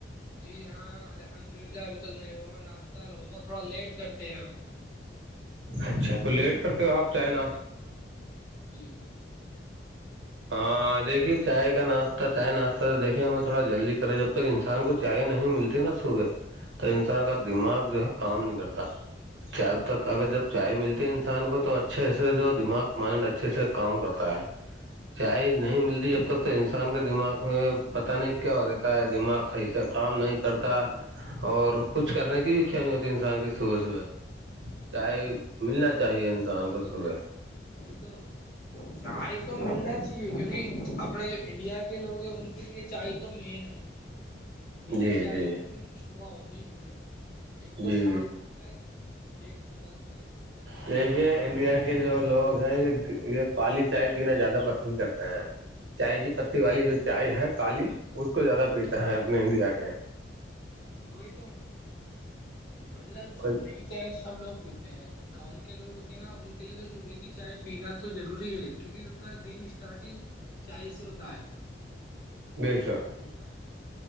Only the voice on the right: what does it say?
اچھا تو لیٹ کرتے ہو آپ چاہیں نا
ہاں دیکھیے
چاہے ناتا چائے ناچتا تو دیکے ہمیں تھوڑا جلدی کرے جب تک انسان کو چائے نہیں ملتی نا صبح تو انسان
کا دماغ جو ہے کام نہیں کرتا جب
تک اگر جب چائے ملتی ہے انسان کو تو اچھے سے جو دماغ مائنڈ اچھے سے کام کرتا ہے چاہ نہیں ملتی جب تک تو انسان کے دماغ میں پتہ نہیں کیا ہو رہتا ہے دماغ صحیح سے کام نہیں کرتا
اور کچھ کرنے کی بھی ک نہیں ہوتی انسان کی صبح صبح چائے
ملنا چاہیے انسان کو صبح
جی
جی
جی
دیکھیے انڈیا کے جو لوگ ہیں یہ یہ کالی چائے پینا زیادہ پسند کرتے ہیں چائے کی پتی
والی جو چائے ہے کالی اس کو زیادہ پیتا
ہیں اپنے انڈیا کے
اور
بے
شک